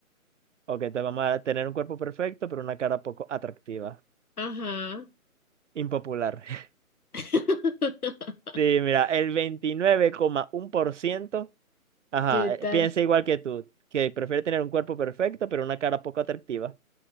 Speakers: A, on the right (about 55°); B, on the left (about 85°).
A: Ok, te vamos a tener un cuerpo perfecto, pero una cara poco atractiva.
B: Ajá.
A: Impopular. <laughs>
B: <laughs>
A: Sí, mira, el 29,1%, ajá,
B: ¿Qué
A: eh,
B: tal?
A: piensa igual que tú, que prefiere tener un cuerpo perfecto, pero una cara poco atractiva.